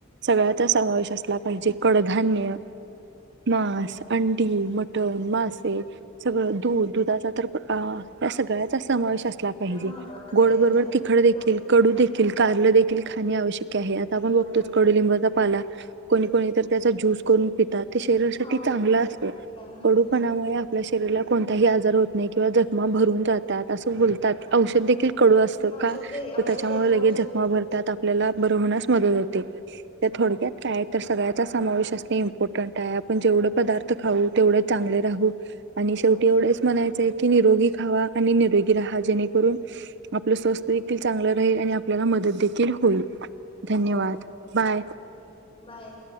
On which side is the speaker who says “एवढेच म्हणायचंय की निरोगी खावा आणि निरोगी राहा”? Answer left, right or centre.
Right